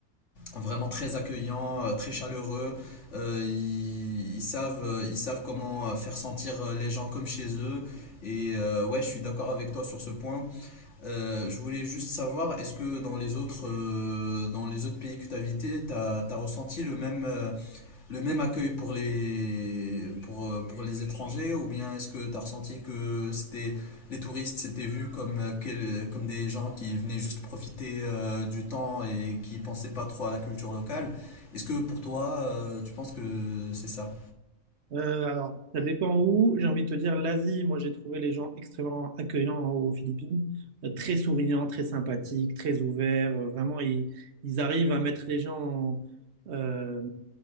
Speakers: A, on the left; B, on the right.
A: vraiment très accueillant, euh, très chaleureux. Euh, ils, ils savent, euh, ils savent comment euh, faire sentir euh, les gens comme chez eux. Et euh, ouais, je suis d'accord avec toi sur ce point. Euh, je voulais juste savoir, est-ce que dans les autres, euh, dans les autres pays que tu as visités, tu as, ressenti le même, euh, le même accueil pour les, pour, euh, pour les étrangers, ou bien est-ce que tu as ressenti que c'était, les touristes s'étaient vus comme, euh, quel- comme des gens qui venaient juste profiter euh, du temps et qui pensaient pas trop à la culture locale? Est-ce que pour toi, euh, tu penses que c'est ça?
B: Euh, alors, ça dépend où. J'ai envie de te dire, l'Asie, moi j'ai trouvé les gens extrêmement accueillants aux Philippines, Euh, très souriants, très sympathiques, très ouverts. Euh, vraiment, ils, ils arrivent à mettre les gens en, euh,